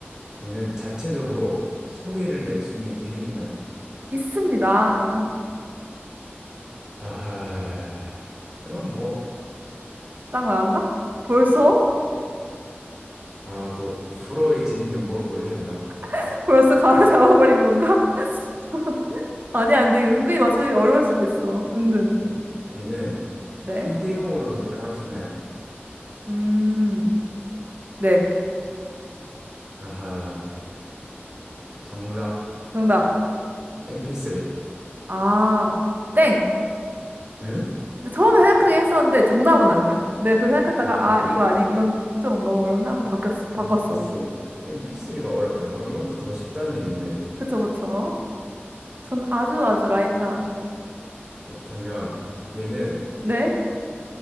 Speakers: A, on the right (about 25°); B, on the right (about 45°).
A: 얘는 자체적으로 소리를 낼 수 있는 기능이 있나요?
B: 있습니다.
A: 아하 이럼 뭐
B: 딱 나왔나? 벌써?
A: 아 또 프로의 진면목을 보여줘야 되나?
B: <laughs> 벌써 가로잡아버린 건가? <laughs> 아니, 안 돼. 은근히 맞추기 어려울 수도 있어. 은근.
A: 얘는, 얘는
B: 네.
A: 휴대용으로도 사용할 수 있나요?
B: 음. 네.
A: 아하, 정답,
B: 정답.
A: MP3.
B: 아, 땡.
A: 응?
B: 근데 처음에 생각하긴 했었는데 정답은 아니야. 내가 그 생각했다가
A: 아,
B: 아, 이거 아니, 이건 좀 너무 어렵나 하고 바뀌었, 바꿨어.
A: MP3. MP3가 어렵더라. 그럼 이거보다 더 쉽다는 얘긴데.
B: 그쵸, 그쵸. 전 아주 아주 라이트한.
A: 그렇다면, 얘는,
B: 네?